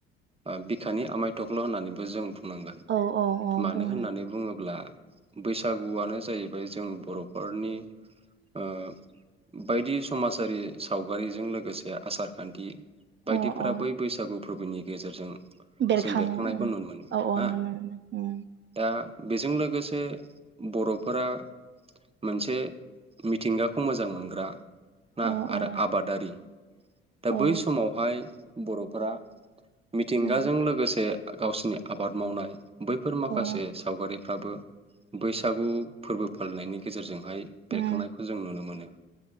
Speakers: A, on the right; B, on the right.
A: ओ बिखानि आमायथख्ल' होननानैबो जों बु नांगोन
B: औ औ औ
A: मानो
B: बुं
A: होननानै बुंङोब्ला बैसागुआनो जाहैबाय जों बर'फोरनि ओ बायदि समाजारि सावगारिजों लोगोसे आसार खान्थि बायदिफोरा
B: अ अ
A: बै बैसागु फोरबोनि गेजेरजों
B: बेरखाङो
A: जों बेरखांनायखौ
B: उ
A: नुनो मोनो
B: औ औ
A: ना
B: नुनो मोनो। उ
A: दा बेजों लोगोसे बर'फोरा मोनसे मिथिंगाखौ मोजां मोनग्रा ना
B: अ औ
A: आरो आबादारि दा
B: औ
A: बै समावहाय बर'फोरा मिथिंगाजों
B: उम
A: लोगोसे गावसिनि आबाद मावनाय बैफोर माखासे
B: अ उम
A: सावगारि फोराबो बैसागु फोरबो फालिनायनि गेजेरजों बेहाय बेरखांनायखौ
B: उम
A: जों नुनो मोनो।